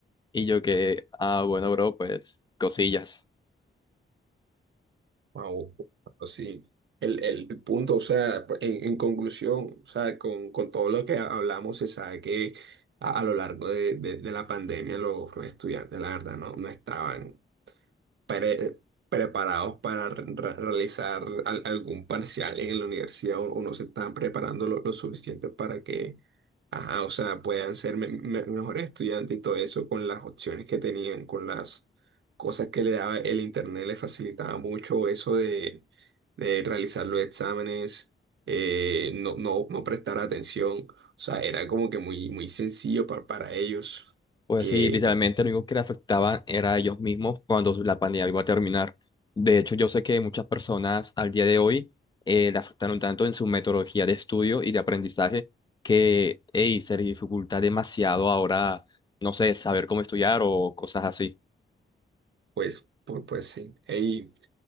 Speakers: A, on the left; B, on the right.
A: Y yo que, ah, bueno, bro, pues cosillas.
B: Wow, sí. El, el el punto, o sea, en, en conclusión, o sea, con, con todo lo que hablamos, se sabe que a, a lo largo de, de- de la pandemia los, los estudiantes, la verdad, no, no estaban pre- preparados para re- re- realizar al- algún parcial en la universidad o, o no se están preparando lo, lo suficiente para que, ajá, o sea, puedan ser me- me- mejores estudiantes y todo eso con las opciones que tenían, con las cosas que le daba el internet, le facilitaba mucho eso de, de realizar los exámenes, eh, no, no, no prestar atención, o sea, era como que muy, muy sencillo para, para ellos
A: Pues
B: que,
A: sí, literalmente lo único que le afectaba era a ellos mismos cuando la pandemia iba a terminar. De hecho, yo sé que muchas personas al día de hoy eh, le afectaron tanto en su metodología de estudio y de aprendizaje que, hey, se les dificulta demasiado ahora, no sé, saber cómo estudiar o cosas así.
B: pues, pues, pues sí. Ey,